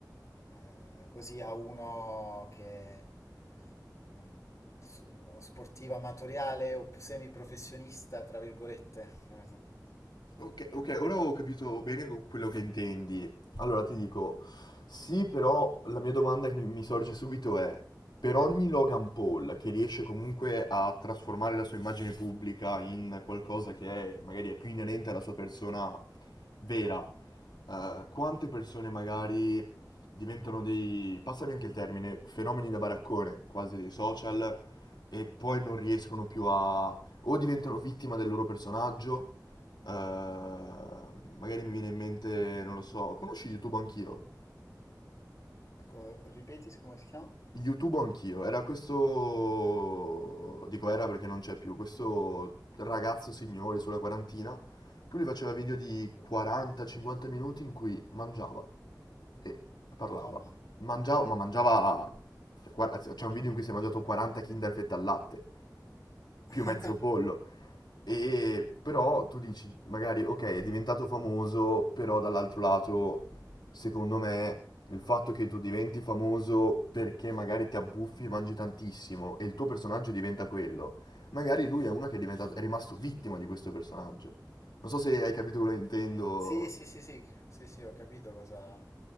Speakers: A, on the left (about 45°); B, on the left (about 85°).
A: eh, così a uno che mm, su- uno sportivo amatoriale o semiprofessionista, tra virgolette. Eh, sì.
B: Ok, ok, ora ho capito bene co- quello che intendi. Allora ti dico, sì, però la mia domanda che mi, mi sorge subito è, per ogni Logan Paul che riesce comunque a trasformare la sua immagine pubblica in qualcosa che è, magari è più inerente alla sua persona vera, eh, quante persone magari diventano dei, passami anche il termine, fenomeni da baraccone, quasi dei social, e poi non riescono più a... o diventano vittima del loro personaggio Ehm, magari mi viene in mente, non lo so, conosci YouTube Anch'io?
A: Ecco, ripeti come si chiama?
B: YouTube Anch'io, era questo, dico era perché non c'è più, questo ragazzo signore sulla quarantina che lui faceva video di 40-50 minuti in cui mangiava e parlava.
A: Madonna.
B: Mangiava, ma mangiava, cioè, guarda, c'è un video in cui si è mangiato 40 Kinder fette al latte, più
A: <laughs>
B: mezzo pollo. E però tu dici, magari, ok, è diventato famoso, però dall'altro lato, secondo me, il fatto che tu diventi famoso perché magari ti abbuffi e mangi tantissimo e il tuo personaggio diventa quello, magari lui è uno che è diventato, è rimasto vittima di questo personaggio. Non so se hai capito quello che intendo.
A: Sì, sì, sì, sì, sì, sì, ho capito cosa,